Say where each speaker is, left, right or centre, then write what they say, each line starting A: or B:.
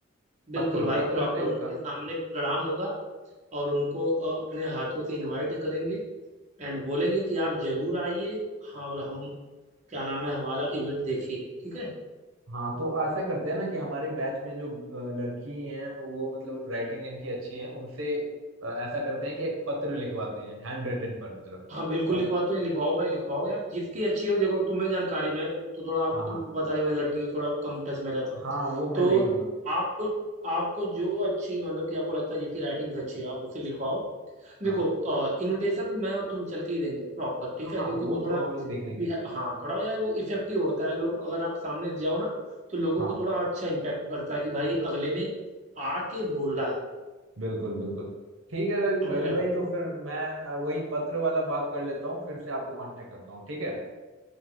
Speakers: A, on the right (about 35°); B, on the right (about 75°).
A: बिल्कुल
B: पत्र
A: भाई
B: पत्र
A: प्रॉपर
B: टाइप
A: उनके
B: का
A: सामने प्रणाम होगा और उनको अ, अपने हाथों से इनवाइट करेंगे एंड बोलेंगे कि आप जरूर आइए हाँ और हम क्या नाम है हमारा इवेंट देखिए ठीक है
B: हाँ तो ऐसा करते हैं ना कि हमारे बैच में जो अ, लड़की हैं वो मतलब राइटिंग इनकी अच्छी है उनसे अ, ऐसा करते हैं कि एक पत्र लिखवाते हैं हैंड रिटन पत्र
A: हाँ बिल्कुल
B: और
A: लिखवाते हैं लिखवाओ भाई लिखवाओ यार जिसकी अच्छी हो देखो तुम्हें जानकारी मैं तो थोड़ा आप
B: हाँ हाँ,
A: तुमको पता ही है, मैं लड़कियों से थोड़ा कम टच में रहता हूँ
B: हाँ हाँ वो मैं
A: तो
B: देख लूंगा
A: आपको आपको जो अच्छी मतलब कि आपको लगता है जिसकी राइटिंग्स अच्छी है आप उसे लिखवाओ देखो
B: हाँ
A: इनविटेशन मैं और तुम चल के ही देंगे प्रॉपर ठीक
B: हाँ
A: है
B: हाँ
A: क्योंकि
B: वो
A: वो थोड़ा
B: तो हम लोग देख लेंगे
A: बिह- हाँ थोड़ा यार वो इफेक्टिव होता है लोग अगर आप सामने से जाओ ना तो लोगों
B: हाँ
A: को थोड़ा अच्छा इम्पैक्ट करता है कि भाई अगले ने आके बोला है
B: बिल्कुल बिल्कुल ठीक है रवि
A: समझ
B: रवि
A: रहे
B: भाई
A: हो
B: तो फिर मैं अ, वही पत्र वाला बात कर लेता हूँ फिर से आपको कांटेक्ट करता हूँ ठीक है